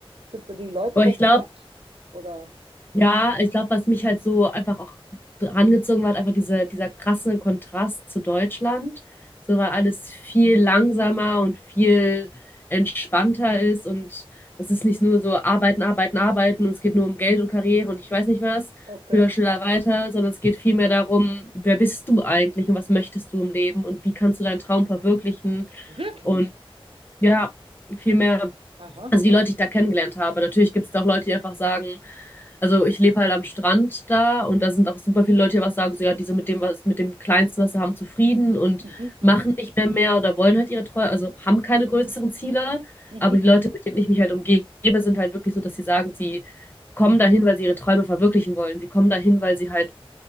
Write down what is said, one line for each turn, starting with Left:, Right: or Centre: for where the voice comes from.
Right: Sind da die Leute
Left: Aber
Right: recht
Left: ich glaube,
Right: nett? Oder?
Left: Ja, ich glaube, was mich halt so einfach auch angezogen hat, einfach diese, dieser krasse Kontrast zu Deutschland. So, weil alles viel langsamer und viel entspannter ist und es ist nicht nur so arbeiten, arbeiten, arbeiten und es geht nur um Geld und Karriere und ich weiß nicht was,
Right: Okay.
Left: höher, schneller, weiter, sondern es geht vielmehr darum, wer bist du eigentlich und was möchtest du im Leben und wie kannst du deinen Traum verwirklichen
Right: Wirklich?
Left: und ja, viel mehr
Right: Aha,
Left: also die
Right: aha.
Left: Leute, die ich da kennengelernt habe. Natürlich gibt es da auch Leute, die einfach sagen, also ich lebe halt am Strand da und da sind auch super viele Leute, die was sagen, so ja, die sind mit dem, was, mit dem Kleinsten, was sie haben, zufrieden und
Right: Mhm,
Left: machen
Right: mhm,
Left: nicht mehr mehr oder wollen halt ihre Treue, also haben keine größeren Ziele.
Right: mhm,
Left: Aber die Leute, mit denen ich mich halt umgebe, sind halt wirklich so, dass sie sagen, sie kommen dahin, weil sie ihre Träume verwirklichen wollen. Sie kommen dahin, weil sie halt